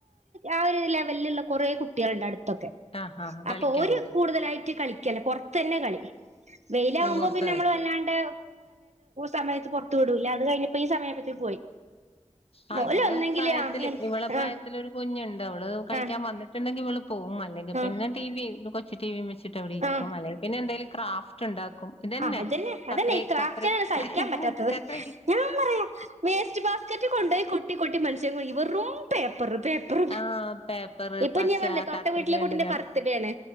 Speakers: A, on the right; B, on the left.
A: ആ വല്ള്ള, കൊറേ, കുട്ടികളണ്ട്, അടു ക്കെ,
B: ആഹ് ആഹ് കളിക്കാൻ
A: അപ്പൊ, ഒരു,
B: വിടും
A: കൂടുതലായിട്ട്, കളിക്കല.. പുറത്തന്നെ, കളി, വെയിലകുമ്പോ,
B: ഏ, പുറത്ത്
A: പിന്നെ, നമ്മൾ, വല്ലാണ്ട്, സമയത്ത്, പുറത്തു, വിടൂല അത്, കഴിഞ്ഞപ്പോ ഈ സമയതിപ്പോ പോയി.
B: ആ്,
A: ഓല്
B: ഇവള്
A: ഒന്നെങ്കില്
B: പ്രായത്തില്,
A: ആ
B: ഇവളെ, പ്രായത്തിലൊരു,
A: ആ
B: കുഞ്ഞുണ്ട്, അവള്, കളിക്കാൻ,
A: ആ
B: വന്നിട്ടുണ്ടെങ്കി, ഇവള് പോവും.. അല്ലെങ്കി
A: ആ
B: പിന്നെ ടി വി, കൊച്ചു ടി വി വെച്ചിട്ടവിടെ ഇരിക്കും..
A: ആ
B: അല്ലെങ്കി പിന്നെന്തേലും ക്രാഫ്റ്റ് ഉണ്ട ഇതന്നെ
A: ആ അതന്നെ അതന്നെ
B: കത്ര
A: ഈ ക്രാഫ്റ്റിനാണ്
B: ക
A: സഹിക്കാൻ പറ്റാത്തത്
B: കത്ര
A: ഞാൻ പറയും വേസ്റ്റ് ബാസ്കറ്റ് കൊണ്ടോയി കൊട്ടി കൊട്ടി മനുഷ്യന് വെറും പേപ്പർ പർ പർ
B: ആഹ് പേപ്പറ്
A: ഇപ്പൊ
B: പശ
A: ഞാൻ പറഞ്ഞില്ലേ.. തൊട്ട്
B: കത്രികണ്ട്
A: വീട്ടിലെ കുട്ടിന്റ
B: കട
A: ബർത്ത്ഡേ ആണ്.